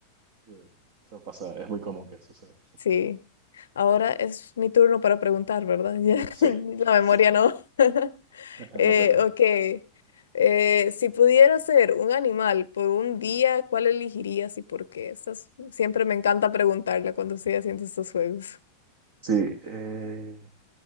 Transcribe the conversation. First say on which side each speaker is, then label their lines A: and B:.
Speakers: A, on the right (about 50°); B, on the left (about 65°).
A: sí. Eso pasa, es muy común que suceda.
B: sí. Ahora es mi turno para preguntar, ¿verdad? <laughs> Ya,
A: Sí,
B: la memoria
A: sí.
B: no. <laughs>
A: <laughs>
B: Eh,
A: No te preocupes.
B: ok. Eh, si pudiera ser un animal por un día, ¿cuál elegirías y por qué? Estas- siempre me encanta preguntarla cuando estoy haciendo estos juegos.
A: Sí, eh,